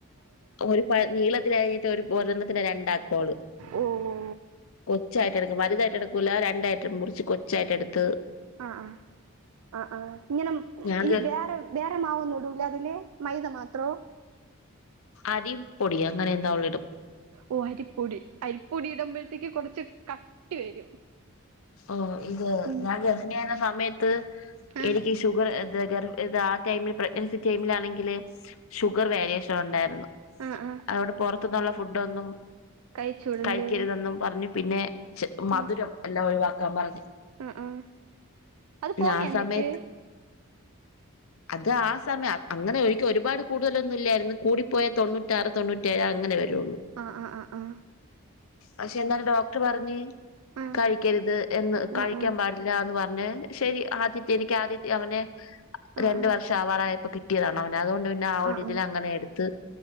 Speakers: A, on the left; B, on the right.
A: ഒരു പഴ് നീളത്തി അരിഞ്ഞിട്ട് ഒരു പൊരണത്തി രണ്ടാക്കോള്
B: ഓ ഓ
A: കൊച്ചായിട്ട് എടുക്കും വലുതായിട്ടെടുക്കൂില്ല രണ്ടായിട്ട് മുറിച്ച് കൊച്ചായിട്ടെട്ത്ത്
B: ആഹ് ആഹ് ആഹ് ആഹ് ഇങ്ങനെ
A: ഞാൻ
B: ഈ വ്യേറെ വേറെ മാവൊന്നും ഇടൂല അതില് മൈദ മാത്രോ
A: അരി പൊടിയ അങ്ങനെ എന്തോ അവളിടും
B: ഓഹ് അരിപ്പൊടി അരിപ്പൊടി ഇടുമ്പഴ്ത്തേക്ക് കൊറച്ച് കട്ടി വരും
A: ഓഹ് ഇത്
B: ഉം
A: ഞാൻ ഗർഹിണി സമയ്ത്ത്
B: ആഹ്
A: എനിക്കിഷ് ഷുഗർ ദ ഗർ ഇത് ആഹ് ടൈമിൽ പ്രഗ്നൻസി ടൈമിലാണെങ്കില് ഷുഗർ വാരിയേഷൻ ഉണ്ടായിര്ന്നു
B: ആഹ് ആഹ് ആഹ്
A: അതോടെ പൊറത്തിന്നൊള്ള ഫുഡ്ഡ ഒന്നും
B: കഴിച്ചൂടല്ലേ
A: കഴിക്കര്തെന്നും പറഞ്ഞു പിന്നെ ച് മധുരം
B: ആഹ്
A: എല്ലാ ഒഴിവാക്കാ പറഞ്ഞ്
B: ആഹ് ആഹ് അത് പോയാ
A: ആഹ്
B: എന്നിട്ട്
A: സമയത്ത്
B: <inaudible>
A: അത് ആഹ് സമയ അങ്ങനെ ഒഴിക്കും ഒരുപാട് കൂടുതലൊന്നുല്ലേര്ന്നു കൂടിപ്പോയ തൊണ്ണൂറ്റാറ് തൊണ്ണൂറ്റേഴ അങ്ങനെ വെരൊള്ളൂ
B: ആഹ് ആഹ് അഹ് ആഹ്
A: പഷെ എന്നാലും ഡോക്ടർ പറഞ്ഞ്
B: ആഹ്
A: കഴിക്കര്ത് എന്ന് കഴിക്കാൻ
B: ആഹ്
A: പാടില്ലന്ന് പറഞ് ശെരി ആദിത്യ എനിക്ക് ആദിത്യ അവന്
B: ആഹ്
A: രണ്ട് വർഷം ആവാറായപ്പോ കിട്ടിയതാണ് അവനെ അതോണ്ട് പിന്നെ ആ
B: ആഹ്
A: ഒരിതിലങ്ങനെ
B: ആഹ് ആഹ് ആഹ് ആഹ്
A: എടുത്ത്